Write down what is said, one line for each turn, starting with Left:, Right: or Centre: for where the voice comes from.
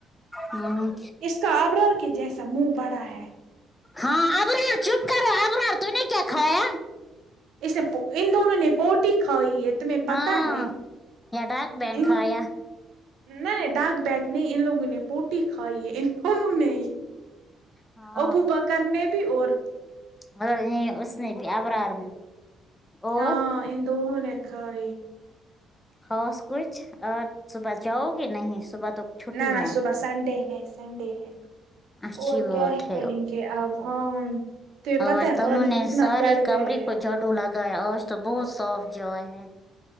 Left: ہ
Right: اس کا آبرار کے جیسا منہ بڑا ہے
Left: ہاں ابرار چپ کر رہے ابرار تو نے کیا کھایا
Right: اس نے ان دونوں نے پوٹی کھائی ہے تمہیں
Left: ہاں
Right: پتا ہے
Left: یا ڈاک بین
Right: ان
Left: کہہ یا
Right: نہیں ڈاک بگ نہیں ان لوگوں نے پوٹی کھائی ہے ان دونوں نے
Left: ہاں
Right: ابو بکر نے بھی اور
Left: نہیں اس نے بھی ابرار اور
Right: ہاں ان دونو نے کھا یی
Left: ہووس کچھ اور صبح جاؤ گے نہیں صبح تو چھٹی
Right: نہ نہ
Left: ہے
Right: صبح سنڈے ہے سنڈے ہے
Left: اچھی
Right: اور
Left: بات
Right: کیا ہی کریں گے آپ ہاں تمہیں پتہ
Left: اور
Right: ہے پانی
Left: انہوں نے
Right: کتنا
Left: سارے
Right: چڑھ
Left: کمرے
Right: گیا ہے
Left: کو جڑو لگایا اور تو بہت صاف جوائے ہے